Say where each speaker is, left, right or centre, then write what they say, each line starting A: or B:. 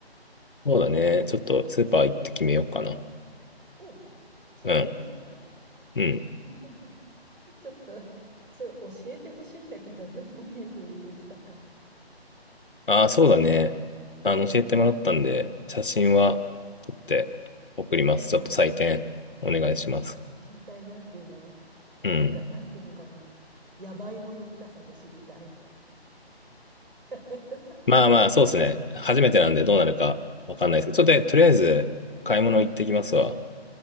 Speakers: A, on the left; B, on the right.
A: そうだね。ちょっとスーパー行って決めようかな。
B: うん、うん。それがいいんじゃない
A: うん、うん。
B: <laughs> ちょっと、それ教えてほしいんだけど、<laughs> どういうふうにできたか。
A: ああ、そうだね。あの、教えてもらったんで、写真は撮って送ります。
B: いやー、
A: ちょっと採点お願いします。
B: 知りたい。なんていうの
A: うん。
B: なんか、なんていうのかな。やばいもの見たさで知りたい。<laughs>
A: まあまあ、そうですね。初めてなんでどうなるかわかんないですけど、ちょっととりあえず買い物行ってきますわ。
B: そう、